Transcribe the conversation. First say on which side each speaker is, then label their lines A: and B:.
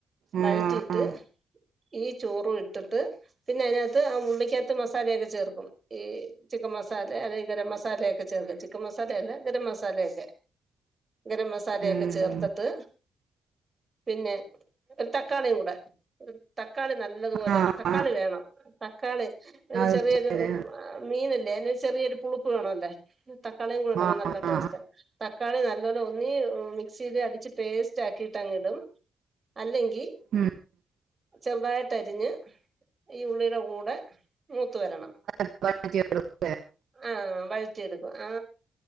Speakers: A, on the right; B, on the right.
A: ആ
B: വഴറ്റിയിട്ട്
A: ആ
B: ഈ ചോറു ഇട്ടിട്ട് പിന്നെ അയ്നകത്ത് ആ ഉള്ളിക്കകത്ത് മസാലെക്കെ ചേർക്കും ഈ ചിക്കൻ മസാലെ അല്ലെങ്കിൽ ഗരം മസാലെക്കെ ചേർക്കും ചിക്കൻ മസാലയല്ല ഗരം മസാലെക്കെ ഗരം മസാലെക്കെ
A: ഉം.
B: ചേർത്ത്ട്ട് പിന്നെ ഒരു തക്കാളിം കൂടെ തക്കാളി നല്ലതുപോലെ
A: ആ
B: തക്കാളി
A: ആ
B: വേണം തക്കാളി ഒര്
A: അത്
B: ചെറിയൊര്
A: ശരി
B: ആഹ് മീനല്ലേ അതിന് ചെറിയൊരു പുളുപ്പ് വേണല്ലേ തക്കാളിം കൂടെ ഇടുംബം
A: ആ ആ
B: നല്ല ടേസ്റ്റ.
A: ആ
B: തക്കാളി നല്ലൊലു ഒന്നങ്കി മിക്സില് അടിച്ച് പേസ്റ്റാക്കിട്ട് അങ്ങ് ടും അല്ലെങ്കി
A: ഉം.
B: ചെറ്തായിട്ടരിഞ്ഞ് ഈ ഉള്ളിടെ കൂടെ മൂ ത്ത് വരണം.
A: <inaudible>
B: ആ വഴറ്റിെയെടുക്കും ആ